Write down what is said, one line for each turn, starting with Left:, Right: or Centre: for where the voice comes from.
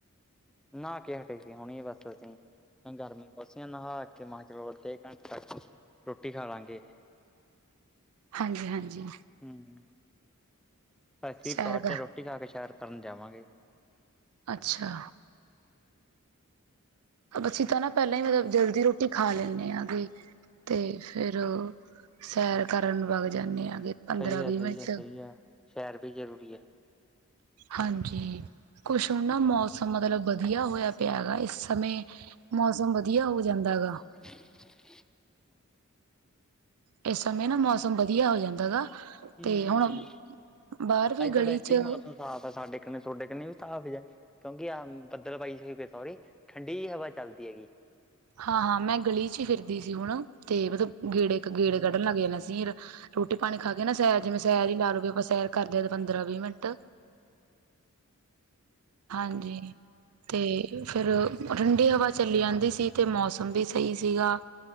Centre: ਨਹਾ ਕੇ ਹਟੇ ਸੀ ਹੋਣੀ ਬੱਸ ਅਸੀਂ ਗਰਮੀ ਬਸ ਆ ਨਹਾ ਕੇ ਮੈਂ ਚਲੋ ਅੱਧੇ ਘੰਟੇ ਤੱਕ ਰੋਟੀ ਖਾ ਲਾਂਗੇ
Right: ਹਾਂਜੀ ਹਾਂਜੀ
Centre: ਹਮ ਅਸੀਂ
Right: ਸੈਰ
Centre: ਪਾਰਕ
Right: ਕਰ
Centre: ਚ ਰੋਟੀ ਖਾ ਕੇ ਸੈਰ ਕਰਨ ਜਾਵਾਂਗੇ
Right: ਅੱਛਾ ਅਸੀਂ ਤਾਂ ਨਾ ਪਹਿਲਾਂ ਹੀ ਮਤਲਬ ਜਲਦੀ ਰੋਟੀ ਖਾ ਲੈਂਦੇ ਆਾਂਗੇ ਤੇ ਫੇਰ ਉਹ ਸੈਰ ਕਰਨ ਵਗ ਜਾਂਦੇ ਆਗੇ ਪੰਦਰਾਂ
Centre: ਸਹੀ ਹੈ
Right: ਵੀਹ
Centre: ਸਹੀ
Right: ਮਿੰਟ
Centre: ਹੈ ਸਹੀ ਹੈ ਸ਼ੇਰ ਵੀ ਜ਼ਰੂਰੀ
Right: ਹਾਂਜੀ ਕੁਛ ਹੁਣ ਨਾ ਮੌਸਮ ਮਤਲਬ ਵਧੀਆ ਹੋਇਆ ਪਿਆ ਹੈ ਗਗਾ ਇਸ ਸਮੇਂ ਮੌਸਮ ਵਧੀਆ ਹੋ ਜਾਂਦਾ ਗਾ
Centre: <inaudible>
Right: ਇਸ ਸਮੇਂ ਨਾ ਮੌਸਮ ਵਧੀਆ ਹੋ ਜਾਂਦਾ ਗਾ
Centre: ਹਮ
Right: ਤੇ ਹੁਣ ਬਾਹਰ ਵੀ
Centre: ਅੱਜ ਤਾਂ
Right: ਗਲੀ
Centre: ਵੈਸੇ
Right: ਚ
Centre: ਹੀ ਮੌਸਮ ਸਾਫ਼ ਸਾਡੇ ਕ ਤੁਹਾਡੇ ਵੀ ਸਾਫ਼ ਹੈ <unintelligible> ਕਿਉਂਕਿ ਆਹ ਬੱਦਲ ਪਾਈ ਹੋਈ <unintelligible> ਫਿਰ ਸੋਰੀ ਠੰਡੀ ਹਵਾ ਚੱਲਦੀ ਹੈਗੀ
Right: ਹਾਂ ਹਾਂ ਮੈਂ ਗਲੀ ਚ ਹੀ ਫਿਰਦੀ ਸੀ ਹੁਣ ਤੇ ਮਤਲਬ ਗੇੜੇ ਗੇੜੇ ਕੱਢਣ ਲੱਗ ਸੀ ਯ ਰੋਟੀ ਪਾਣੀ ਖਾ ਕੇ ਨਾ ਸੈਰ ਜਿਵੇਂ ਸੈਰ ਹੀ ਲਾ ਲੋ ਆਪਾਂ ਸੈਰ ਕਰਦੇ ਹ ਪੰਦਰਾਂ ਵੀਹ ਮਿੰਟ ਹਾਂਜੀ ਤੇ ਫਿਰ ਠੰਡੀ ਹਵਾ ਚੱਲ ਜਾਂਦੀ ਸੀ ਤੇ ਮੌਸਮ ਵੀ ਸਹੀ ਸੀਗਾ